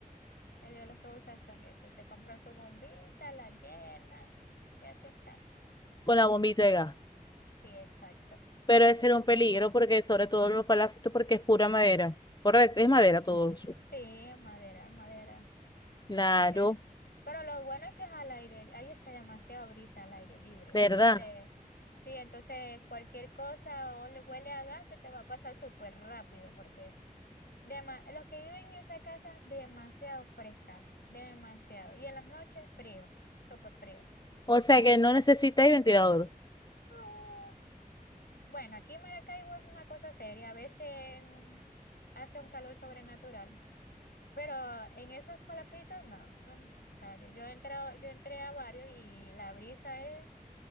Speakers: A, on the left (about 85°); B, on the left (about 25°).
A: Ellos los que usan son esos. Se compran su bombita, la llenan y así están.
B: con la bombita de gas.
A: Sí, exacto.
B: Pero ese era un peligro, porque sobre todo los palacios, porque es pura madera. Correcto, es madera todo eso.
A: Sí, es madera, es madera.
B: Claro,
A: Eh, Pero lo bueno es que es al aire, ahí hace demasiado brisa al aire libre.
B: ¿verdad?
A: Entonces, sí, entonces cualquier cosa o le huele a gas se te va a pasar súper rápido porque dema- los que viven en esa casa, demasiado fresca, demasiado. Y en las noches, frío, súper frío.
B: O sea que no necesitáis ventilador.
A: Oh, Bueno, aquí en Maracaibo es una cosa seria. A veces mm, hace un calor sobrenatural. Pero en esos palafitos no, no es necesario. Yo he entrado, yo entré a varios y la brisa es